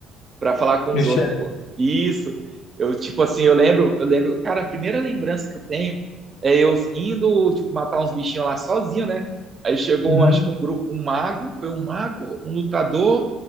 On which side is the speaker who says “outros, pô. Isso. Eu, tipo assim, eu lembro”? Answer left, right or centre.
Right